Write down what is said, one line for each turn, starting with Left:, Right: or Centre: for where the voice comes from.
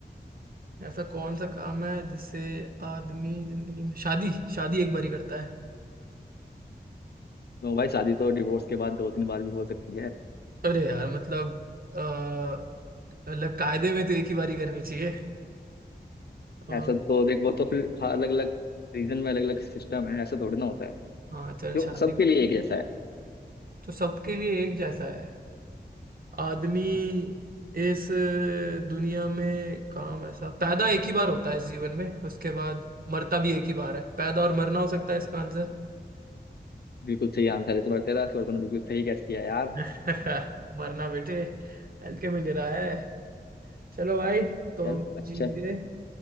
Right: ऐसा कौन सा काम है जिससे आदमी जिंदगी में शादी शादी एक बारी करता है
Left: तो भाई शादी तो डिवोर्स के बाद दो तीन बार भी हो सकती है
Right: अरे यार मतलब अ, मतलब कायदे में तो एक ही बारी करनी चाहिए अ,
Left: ऐसा तो देख वो तो फिर अलग अलग रीजन में अलग अलग सिस्टम है ऐसा थोड़ी ना होता है
Right: हाँ चल
Left: जो
Right: शादी
Left: सबके लिए एक जैसा है
Right: तो सबके लिए एक जैसा है आदमी
Left: हाँ
Right: इस दुनिया में काम ऐसा पैदा एक ही बार होता है इस जीवन में उसके बाद मरता भी एक ही बार है पैदा और मरना हो सकता है इसका आंसर।
Left: बिल्कुल सही आंसर है इस बार तेरा इस बार तूने बिल्कुल सही गैस किया यार
Right: <laughs> मरना बेटे हल्के में ले रहा है चलो भाई तो
Left: चल
Right: हम
Left: अच्छा
Right: जीत गए